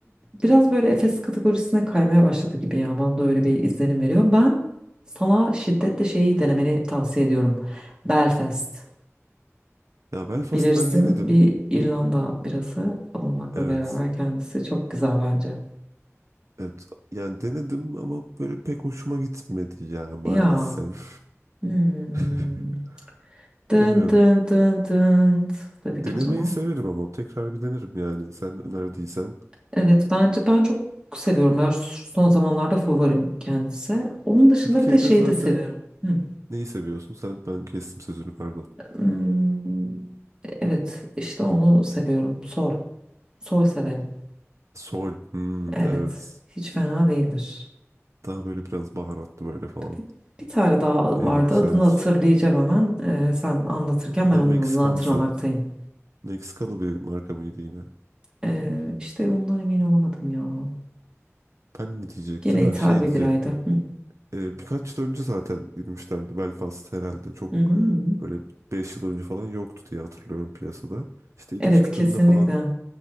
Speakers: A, on the right; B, on the right.
A: biraz böyle Efes kategorisine kaymaya başladı gibi ya. Bana da öyle bir izlenim veriyor. Ben sana şiddetle şeyi denemeni tavsiye ediyorum. Belfast.
B: Ya Belfast
A: Bilirsin
B: ben denedim.
A: bir İrlanda birası olmakla
B: Evet.
A: beraber kendisi çok güzel bence.
B: Evet, yani denedim ama böyle pek hoşuma gitmedi ya maalesef.
A: Ya. Hmm.
B: <laughs>
A: Dın
B: Bilmiyorum.
A: dın dın dın dedik
B: Denemeyi
A: o zaman.
B: severim ama tekrar bir denerim yani sen önerdiysen.
A: Evet bence ben çok seviyorum. Ben şu- son zamanlarda favorim kendisi. Onun dışında
B: Türkiye'de
A: bir de şeyi
B: zaten
A: de seviyorum. Hı.
B: neyi seviyorsun? Sen ben kestim sözünü pardon.
A: Hmm, evet işte onu seviyorum. Sol. Sol severim.
B: Sol. Hmm,
A: Evet.
B: evet.
A: Hiç fena değildir.
B: Daha böyle biraz baharatlı böyle falan.
A: Bir bir tane daha
B: Ee,
A: vardı.
B: güzeldir.
A: Adını hatırlayacağım hemen. Ee, sen anlatırken
B: Yine
A: ben onun
B: Meksikamsı.
A: adını hatırlamaktayım.
B: Meksikalı bir marka mıydı yine?
A: Ee, işte ondan emin olamadım ya.
B: Ben ne diyecektim?
A: Gene
B: Ha
A: ithal
B: şey
A: bir
B: diyecektim.
A: biraydı. Hı.
B: e, birkaç yıl önce zaten girmişlerdi Belfast herhalde çok
A: Hı hı hı.
B: böyle 5 yıl önce falan yoktu diye hatırlıyorum piyasada. İşte ilk
A: Evet
B: çıktığında
A: kesinlikle.
B: falan
A: Hı